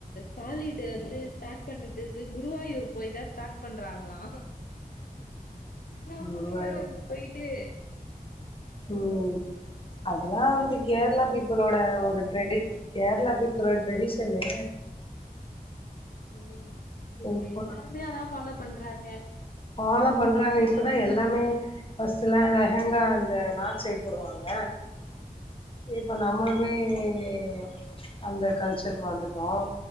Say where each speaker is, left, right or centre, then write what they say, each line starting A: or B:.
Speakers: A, on the left; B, on the left.
A: சாலிடு வந்து ஸ்டார்ட் பண்றதுக்கு குருவாயூர் போய்த்தான் ஸ்டார்ட் பண்றாங்களா நம்மளு
B: குருவாயூர்
A: ஏ அங்க போயிட்டு
B: உம் அதெல்லா வந்து கேரளா பீப்பிள் ஓட ஒரு ட்ரெண்டிங் கேரளா பீப்புள் ஓட டிரெடிஷன்னு
A: ஹம் இப்ப
B: இப்போ
A: எல்லாருமே அதா ஃபாலோ பண்றாங்க
B: ஃபாலோ பண்றாங்க இப்போதா எல்லாமே ஃபர்ஸ்டடு எல்லா லேகங்கா அந்த நார்த் சைட் போடுவாங்க இப்ப நம்ம இப்போமே அந்த கல்ச்சருக்கு வந்துட்டோம்